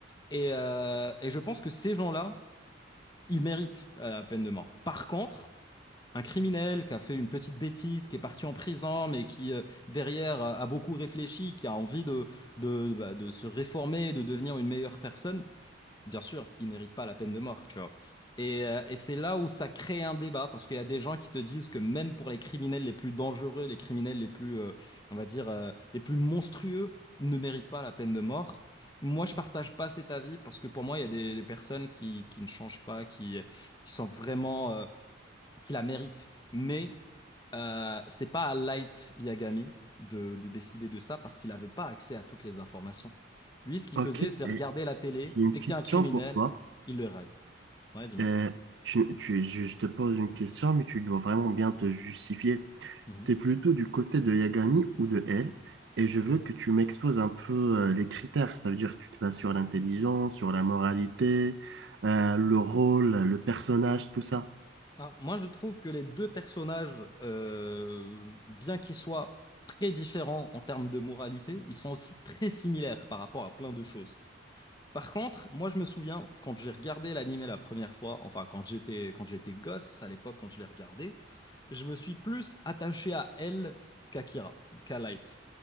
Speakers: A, on the left; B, on the right.
A: Et, euh, et je pense que ces gens-là, ils méritent euh, la peine de mort. Par contre, un criminel qui a fait une petite bêtise, qui est parti en prison, mais qui euh, derrière a a beaucoup réfléchi, qui a envie de, de, bah, de se réformer, de devenir une meilleure personne, bien sûr, il mérite pas la peine de mort, tu vois. Et, euh, et c'est là où ça crée un débat, parce qu'il y a des gens qui te disent que même pour les criminels les plus dangereux, les criminels les plus, euh, on va dire, euh, les plus monstrueux, ne méritent pas la peine de mort. Moi, je partage pas cet avis, parce que pour moi, il y a des, des personnes qui, qui ne changent pas, qui, qui sont vraiment... euh, qui la mérite. Mais euh, c'est pas à Light Yagami de, de décider de ça parce qu'il n'avait pas accès à toutes les informations. Lui, ce qu'il
B: Ok,
A: faisait, c'est
B: et
A: regarder la télé.
B: j'ai une
A: Dès
B: question
A: qu'il y a un criminel,
B: pour toi.
A: il le raille. Ouais, dis-moi.
B: Euh, tu, tu- je te pose une question, mais tu dois vraiment bien te justifier.
A: Mhm.
B: Tu es plutôt du côté de Yagami ou de elle, et je veux que tu m'exposes un peu euh, les critères. Ça veut dire que tu te bases sur l'intelligence, sur la moralité, euh, le rôle, le personnage, tout ça.
A: Alors, moi, je trouve que les deux personnages, euh, bien qu'ils soient très différents en termes de moralité, ils sont aussi très similaires par rapport à plein de choses. Par contre, moi, je me souviens, quand j'ai regardé l'animé la première fois, enfin, quand j'étais, quand j'étais gosse, à l'époque, quand je l'ai regardé, je me suis plus attaché à elle qu'à Kira, qu'à Light.